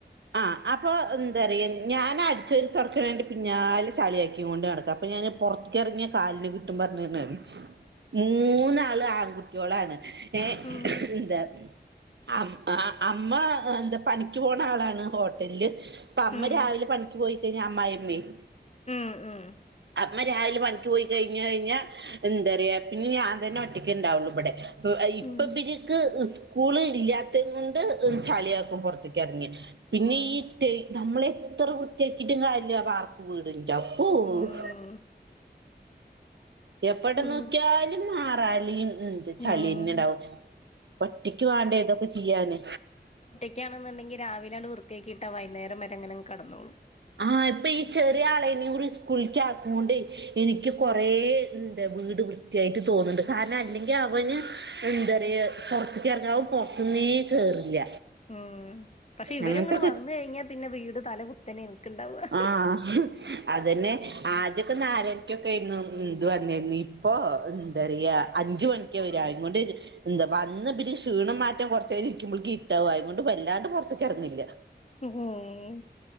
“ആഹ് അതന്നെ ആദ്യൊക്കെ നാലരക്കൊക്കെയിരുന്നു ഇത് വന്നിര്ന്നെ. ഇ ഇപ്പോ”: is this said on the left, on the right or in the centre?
Right